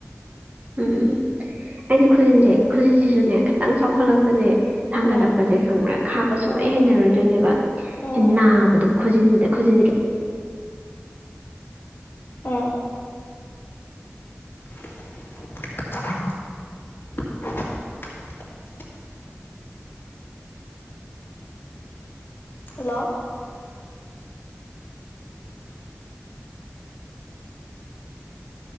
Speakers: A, on the right (about 35°); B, on the left (about 50°).
A: ꯎꯝ ꯑꯩꯗꯤ ꯈꯨꯖꯤꯟꯁꯦ ꯈꯨꯖꯤꯟꯁꯤꯁꯨꯅꯦ ꯈꯤꯇꯪ ꯆꯥꯎꯈꯠꯂꯛꯄꯁꯦ ꯁꯥꯡꯒꯠꯂꯛꯄꯁꯦ
B: ꯎꯝ
A: ꯈꯪꯕ꯭ꯔ ꯈꯥꯛꯄ ꯁꯨꯡꯍꯩ
B: ꯎꯝ
A: ꯍꯩꯅꯔꯣꯏꯗꯣꯏꯅꯦꯕ
B: ꯎꯝ
A: ꯅꯥꯕꯗꯣ ꯈꯨꯖꯤꯟꯅꯤꯗ ꯈꯨꯖꯤꯟꯒꯤ
B: ꯑꯥ <unintelligible> ꯍꯜꯂꯣ